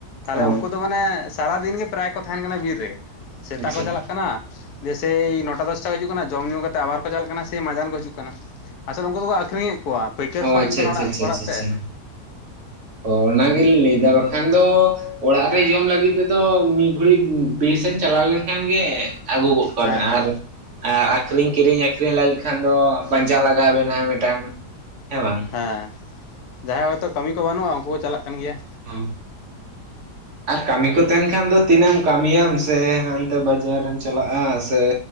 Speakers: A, on the left; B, on the right.
A: ᱛᱟᱦᱞᱮ
B: ᱚ
A: ᱩᱱᱠᱩ ᱫᱚ ᱢᱟᱱᱮ ᱥᱟᱨᱟᱫᱤᱱ ᱜᱮ ᱯᱨᱟᱭ ᱠᱚ ᱛᱟᱦᱮᱱ ᱠᱟᱱᱟ ᱵᱤᱨ ᱨᱮᱜᱮ᱾ ᱥᱮᱛᱟᱜ
B: ᱟᱪᱪᱷᱟ
A: ᱠᱚ ᱪᱟᱞᱟᱜ ᱠᱟᱱᱟ᱾ ᱡᱮᱥᱮᱭ ᱱᱚᱴᱟ ᱫᱚᱥᱴᱟ ᱠᱚ ᱦᱤᱡᱩᱜ ᱠᱟᱱᱟ᱾ ᱡᱚᱢ ᱧᱩ ᱠᱟᱛᱮᱜ ᱟᱵᱟᱨ ᱠᱚ ᱪᱟᱞᱟᱜ ᱠᱟᱱᱟ ᱥᱮ ᱢᱟᱡᱟᱱ ᱠᱚ ᱦᱤᱡᱩᱜ ᱠᱟᱱᱟ᱾ ᱟᱥᱚᱞᱮ ᱩᱱᱠᱩ ᱫᱚᱠᱚ ᱟᱠᱷᱨᱤᱧᱮᱫ ᱠᱚᱣᱟ ᱯᱟᱹᱭᱠᱟᱹᱨ
B: ᱚ
A: ᱠᱚᱠᱚ
B: ᱟᱪᱪᱷᱟ
A: ᱦᱤᱡᱩᱜ ᱠᱟᱱᱟ
B: ᱟᱪᱪᱷᱟ ᱟᱪᱪᱷᱟ
A: ᱚᱲᱟᱜ᱾
B: ᱟᱪᱪᱷᱟ
A: ᱛᱮ
B: ᱟᱪᱪᱷᱟ ᱚ ᱚᱱᱟᱜᱮᱞᱤᱧ ᱞᱟᱹᱭᱫᱟ ᱵᱟᱠᱷᱟᱱ ᱫᱚ ᱚᱲᱟᱜ ᱨᱮ ᱡᱚᱢ ᱞᱟᱹᱜᱤᱫ ᱛᱮᱫᱚ ᱢᱤᱫ ᱜᱷᱚᱲᱤᱡ ᱵᱤᱨ ᱥᱮᱱ ᱪᱟᱞᱟᱣ ᱞᱮᱱᱠᱷᱟᱱ ᱜᱮ ᱟᱹᱜᱩ ᱜᱚᱫ ᱠᱚᱣᱟᱵᱱᱟ
A: ᱦᱮᱸ ᱦᱮᱸ
B: ᱟᱨ ᱟᱨ ᱟᱠᱷᱨᱤᱧ ᱠᱤᱨᱤᱧ ᱟᱠᱷᱨᱤᱧ ᱞᱟᱹᱜᱤᱫ ᱠᱷᱟᱱ ᱫᱚ ᱯᱟᱸᱡᱟ ᱞᱟᱜᱟᱣ ᱵᱮᱱᱟ ᱢᱤᱫᱴᱟᱝ᱾ ᱦᱮᱸ ᱵᱟᱝ
A: ᱦᱮᱸ ᱡᱟᱦᱟᱸᱭ ᱦᱚᱭᱛᱚ ᱠᱟᱹᱢᱤ ᱠᱚ ᱵᱟᱹᱱᱩᱜᱼᱟ ᱩᱱᱠᱩ ᱠᱚ ᱪᱟᱞᱟᱜ ᱠᱟᱱ ᱜᱮᱭᱟ᱾
B: ᱚ᱾ ᱟᱨ ᱠᱟᱹᱢᱤ ᱠᱚ ᱛᱟᱦᱮᱱ ᱠᱷᱟᱱ ᱫᱚ ᱛᱤᱱᱟᱹᱜ ᱮᱢ ᱠᱟᱹᱢᱤᱭᱟᱢ ᱥᱮ ᱦᱟᱱᱛᱮ ᱵᱟᱡᱟᱨᱮᱢ ᱪᱟᱞᱟᱜᱼᱟ ᱥᱮ